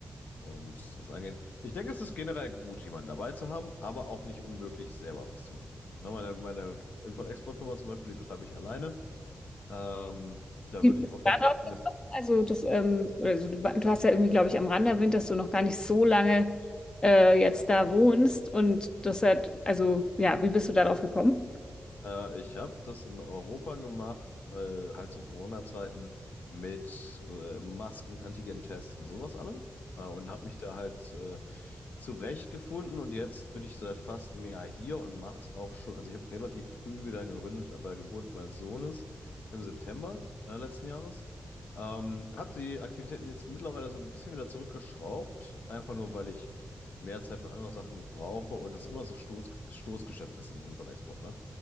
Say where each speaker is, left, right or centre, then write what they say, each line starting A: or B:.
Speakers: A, on the left; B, on the left.
A: und das angehen. Ich denke, es ist generell gut, jemanden dabei zu haben, aber auch nicht unmöglich, selber was zu machen. Ne, meine meine Import-Export-Firma zum Beispiel, die betreibe ich alleine. Ähm, da
B: Wie
A: würde
B: bist
A: ich auch
B: du
A: niemanden
B: da drauf gekommen?
A: mit.
B: Also das, ähm, oder so, du, wa- du hast ja irgendwie, glaube ich, am Rande erwähnt, dass du noch gar nicht so lange äh, jetzt da wohnst und das hat, also ja, wie bist du darauf gekommen?
A: Äh, ich habe das in Europa gemacht, äh, halt zu Corona-Zeiten mit äh, Masken, Antigen-Tests und sowas allem. Äh, und habe mich da halt äh, zurechtgefunden und jetzt bin ich seit fast einem Jahr hier und mache es auch schon. Also ich habe relativ früh dann gegründet äh, bei Geburt meines Sohnes im September äh, letzten Jahres. Ähm, habe die Aktivitäten jetzt mittlerweile so ein bisschen wieder zurückgeschraubt, einfach nur weil ich mehr Zeit für andere Sachen brauche und das immer so Stoß, Stoßgeschäft ist in Import-Export, ne?